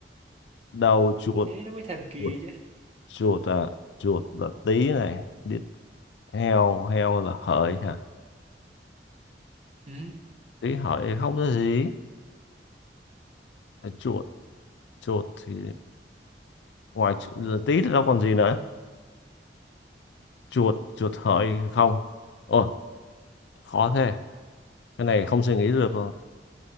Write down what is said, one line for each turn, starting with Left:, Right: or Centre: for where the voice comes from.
Left: Đầu chuột,
Right: thế nó mới thần kỳ
Left: chuột,
Right: chứ
Left: chuột à, chuột là tí này, đít heo, heo là hợi hả?
Right: ừ.
Left: Tí hợi không có gì. Chuột, chuột thì ngoài chữ- tí thì đâu còn gì nữa chuột chuột hợi không ôi khó thế cái này không suy nghĩ được